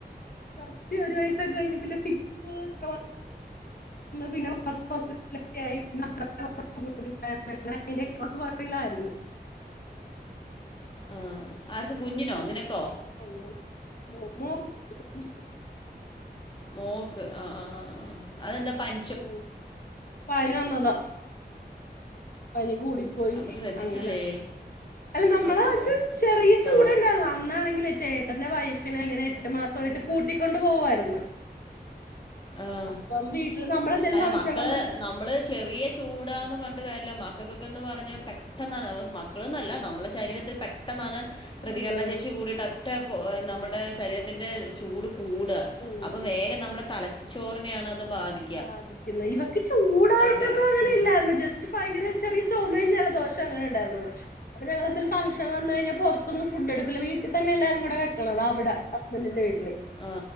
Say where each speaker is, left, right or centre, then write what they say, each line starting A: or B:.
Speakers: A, on the left (about 60°); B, on the left (about 30°).
A: കൊറച്ച് ഒരു വയസ്സൊക്കെ കഴിഞ്ഞപ്പെ ഫിക് സ് പിന്നെ <unintelligible> <unintelligible> കൊർച്ച് പൊറകിലായിര്ന്ന്
B: ആഹ് ആർക്ക് കുഞ്ഞിനോ നിനക്കോ
A: അങ്ങെനെ <unintelligible>
B: മോക്ക് ആഹ് ആഹ് ആഹ് ആഹ് അതെന്താ പൻ
A: ഉം പനി വന്നതാ പനി കൂടിപ്പോയി
B: അപ്പം ശ്രദ്ധിച്ചില്ലേ
A: അങ്ങനെ അല്ല നമ്മളെ
B: അയ്യോ
A: കൊച്ച് ചെറിയ ചൂടേണ്ടായ്ര്ന്ന്
B: ആ
A: അ അന്നാണെങ്കിലേ ചേട്ടെന്റെ വൈഫിനെ ഇങ്ങെനെ എട്ട് മാസാവായിട്ട് കൂട്ടിക്കൊണ്ട് പോവായ്ര്ന്ന്
B: ആ
A: അപ്പം വീട്ടില് നമ്മെളെന്തേലും
B: അല്ല
A: ഫംഗ്‌ഷം
B: മക്കള്
A: വന്നാ
B: നമ്മള് ചെറിയ ചൂടാന്ന് പർഞ്ഞ്ട്ട് കാര്യല്ല മക്കൾക്കൊക്കെന്ന് പറഞ്ഞാ പെട്ടെന്നാണ് <unintelligible> മക്കള്ന്നല്ല നമ്മെളെ ശരീരത്തിൽ പെട്ടെന്നാണ് പ്രതികരണ
A: ചൂട്
B: ശേഷി കൂടിയിട്ട ട്ട പൊ നമ്മെടെ ശരീരത്തിന്റെ ചൂട് കൂടാ
A: കൂടണ്
B: അപ്പൊ വേഗം നമ്മെടെ തല ചോറിനെയാണ് അത് ബാധി
A: ബാധിക്കുന്നെ ഇവക്ക് ചൂടായിട്ടൊന്നും
B: വി-
A: അങ്ങെനെ
B: ഉം.
A: ഇല്ലാര്ന്നു ജെസ് റ്റ് ഭയെങ്കെരെ ചെറിയ ചൊമെയും ജലദോഷവും അങ്ങെനെ ണ്ടായ്ര്ന്നാെള്ളു അപ്പൊ ഞങ്ങളെന്തേലും ഫങ്ഷൻ വന്ന് കഴിഞ്ഞാ പാെർ ത്തൊന്നും ഫുഡ്ഡെടുക്കുല്ല വീട്ട് തന്നെ എല്ലാരും കൂടെ വെക്ക്ണം താ അവിടാ ഹസ്ബന്റിന്റെ വീട്ടില്
B: ആ